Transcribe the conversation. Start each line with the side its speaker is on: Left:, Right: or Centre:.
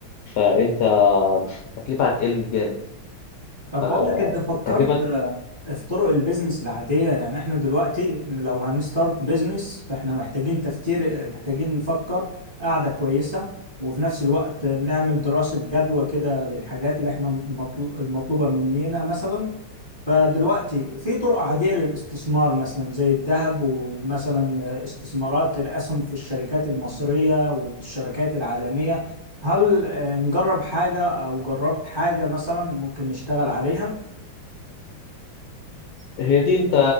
Left: فأنت التكلفة هتقل جامد
Right: طب
Left: فالتكلفة
Right: بقول لك انت فكرت آه، في طرق البيزنس العادية يعني احنا دلوقتي لو هنستارت بيزنس فاحنا محتاجين تفكير محتاجين نفكر قاعدة كويسة وفي نفس الوقت نعمل دراسة جدوى كده للحاجات اللي احنا مطلو- المطلوبة مننا مثلا فدلوقتي في طرق عادية للاستثمار مثلا زي الذهب ومثلا استثمارات الأسهم في الشركات المصرية والشركات العالمية هل آه، نجرب حاجة أو جربت حاجة مثلا ممكن نشتغل عليها
Left: هي دي انت